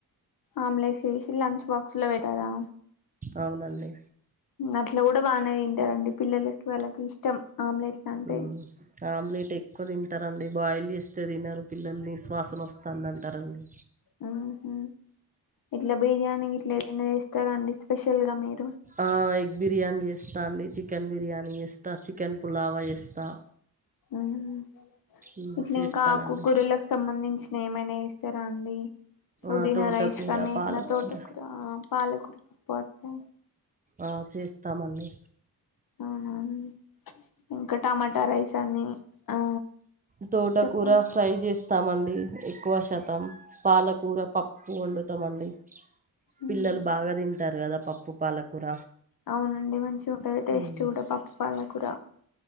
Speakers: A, on the left; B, on the right.
A: ఆమ్లెట్లు వేసి లంచ్ బాక్స్ లో పెట్టారా.
B: అవునండి.
A: అట్లా కూడా బాగానే తింటారండి. పిల్లలకి వాళ్కి ఇష్టం. ఆమ్లెట్స్లు అంటే
B: ఉమ్. ఆమ్లెట్ ఎక్కువ తింటారండి బాయిల్ చేస్తే తినరు పిల్లలు నిస్ వాసన వస్తుంది అంటారండి.
A: ఆహ్ ఇట్లా బిర్యానీ ఇట్లా ఏదైనా చేస్తారండి స్పెషల్గా మీరు.
B: ఆహ్ ఎక్ బిర్యానీ చేస్తా అండి చికెన్ బిర్యానీ చేస్తా చికెన్ పులావ్ చేస్తా
A: ఉమ్
B: ఉమ్,
A: ఇట్లా
B: చేస్తానండి
A: ఇంకా ఆకుకూరలకు సంబంధించిన ఏమైనా చేస్తారా అండి. పుదీనా
B: ఆ, తోటకూర
A: రైస్ కనీ
B: పాలకూర
A: ఇట్ల తోటకురా పాలకురా. పడుతాయి.
B: ఆ చేస్తామండి
A: అవునవున ఇంకా టమాటా రైస్ అని ఆ
B: తోట
A: చెప్పండి
B: కూర ఫ్రైజే స్తామండి ఎక్కువ శతం పాలకూర పప్ ఒండుతమండి
A: ఉమ్
B: పిల్లలు బాగా తింటారు గదా పప్పు పాలకూర
A: అవునండి మంచిగుంటది టేస్ట్
B: ఉమ్.
A: గుడా పప్పు పాలకూర